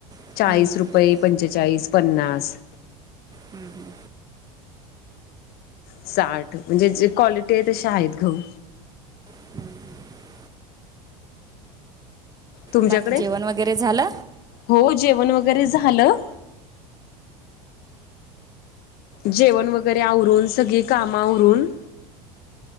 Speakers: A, on the right; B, on the left.
A: हम्म,
B: चाळीस
A: हम्म,
B: रुपये
A: हम्म.
B: पंचेचाळीस पन्नास.
A: ह ह,
B: साठ म्हणजे जे क्वालिटी आहे तसे आहेत गहू.
A: <inaudible>
B: तुमच्याकडे
A: बाकी जेवण वगैरे झालं
B: हो जेवण वगैरे झालं. जेवण वगैरे आवरून सगळी कामवरून.